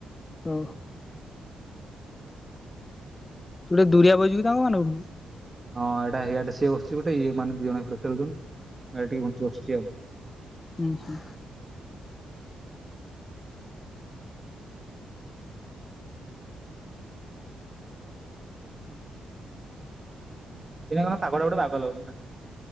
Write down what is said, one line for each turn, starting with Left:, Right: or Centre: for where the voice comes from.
Left: ଓ ତୁ ଟିକେ ଦୁରିଆ ବଇଚୁ ତାଙ୍କ ମାନଙ୍କଠୁ
Right: ହଁ ଏଇଟା ଇଆଡେ ସିଏ ବସିଚି ଗୋଟେ ଇଏ ମାନେ ଦିଜଣ ଏପଟେ ଖେଳୁଛନ୍ତି ଏ ଟିକେ ଘୁଞ୍ଚି ବସିଚି ଆଉ।
Left: ହୁଁ ହୁଁ।
Right: ଏରା କଣ ପାଗଟା ଗୋଟେ ବାଗ ଲାଗୁନି।